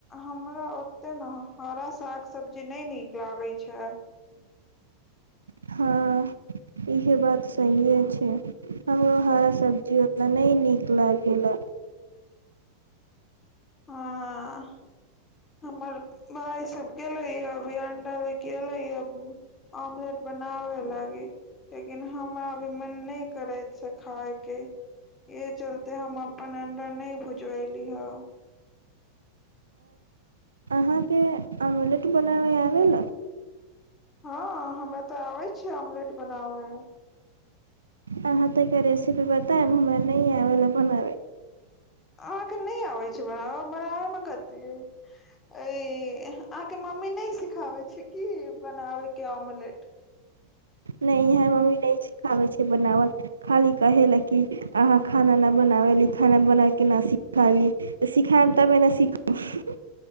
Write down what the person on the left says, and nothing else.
हमरा ओ- ते नऽ हरा साग सब्जी नै नीक लागेै छै।
आँ हमर भाय सब गेलेै ये अभी अंडा ले के एले या। ऑम्लेट बनाबे लागी। लेकिन हमरा अभी मन नै करेै छै खाय के- एय चलते हम अपन अंडा नै भुजवैली ह।
हँ हमरा तऽ आबेै छै आमलेट बनावे।
अहाँके नई आबै छै बनाब, बनाबे मे कथी अ-इ- अहाँके मम्मी नयि सिखाबै छै की बनाबेके आमलेट?
<inaudible>